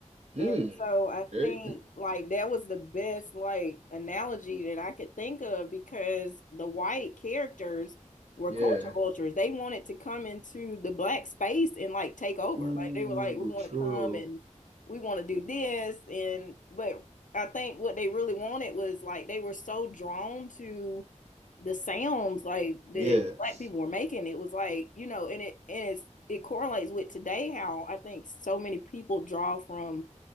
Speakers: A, on the right (about 60°); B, on the left (about 85°).
A: Mm.
B: And so I
A: Hey.
B: think like that was the best like analogy that I could think of because the white characters were
A: Yeah.
B: culture vultures. They wanted to come into the black space and like take over.
A: Ooh,
B: Like they were like, we want
A: true.
B: to come and we want to do this. And but I think what they really wanted was like they were so drawn to the sounds like that
A: Yes.
B: black people were making. It was like, you know, and it and it's it correlates with today how I think so many people draw from